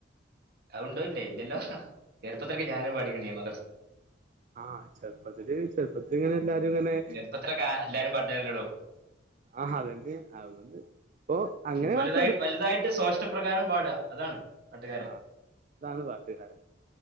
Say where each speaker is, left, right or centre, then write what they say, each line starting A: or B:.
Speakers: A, on the right; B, on the right.
A: അത് ഉണ്ടോ ഇല്ലയോ ഇല്ലല്ലോ ചെറുപ്പതൊക്കെ ഞാന പാടിയെക്കണ് <unintelligible>
B: ആ ചെറുപ്പത്തില് ചെറുപ്പത്തിങ്ങനെ എല്ലാരു ഇങ്ങനെ
A: ചെറുപ്പത്തിലൊക്കെ ആരാ എല്ലാരും പാട്ടുകാരാല്ലെടോ
B: ആഹാ അതെ വന്ത് അത് വന്ത് ഇപ്പൊ അങ്ങനെ
A: വലുതായി
B: പാട്ടാടും
A: വലുതായിട്ട് സ്വാഷ്ടപ്രകാരം പാടുക അതാണ് പാട്ടുകാരൻ
B: ആഹ് അതാണ് പാട്ടുകാര്